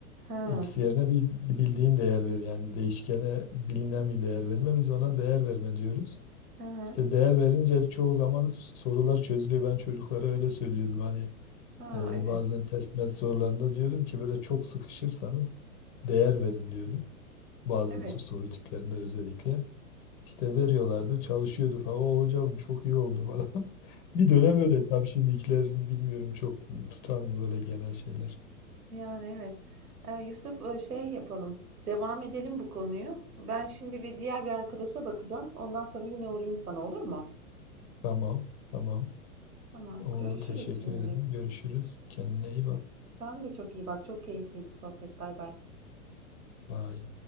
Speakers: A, on the right; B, on the left.
A: ha
B: X yerine bir bir bildiğin değer ver. Yani değişkene bilinen bir değer verme. Biz ona değer verme diyoruz.
A: ha ha.
B: İşte değer verince çoğu zaman s- sorular çözülüyor. Ben çocuklara öyle söylüyordum. Hani
A: Aa,
B: e,
A: evet.
B: bazen test met sorularında diyordum ki böyle çok sıkışırsanız değer verin diyordum. Bazı
A: Evet.
B: t- soru tiplerinde özellikle. İşte veriyorlardı, çalışıyordu falan. O hocam çok iyi oldu falan. <laughs> Bir dönem öyle tabii şimdikilerin bilmiyorum çok tutar mı böyle genel şeyler.
A: Yani evet. Ee, Yusuf e, şey yapalım. Devam edelim bu konuyu. Ben şimdi bir diğer bir arkadaşa bakacağım. Ondan sonra yine uğrayayım sana olur mu?
B: Tamam, tamam.
A: Tamam.
B: Oldu.
A: Görüşürüz
B: Teşekkür
A: şimdilik.
B: ederim. Görüşürüz. Kendine iyi bak.
A: Sen de çok iyi bak. Çok keyifliydi sohbet. Bay bay.
B: Bye.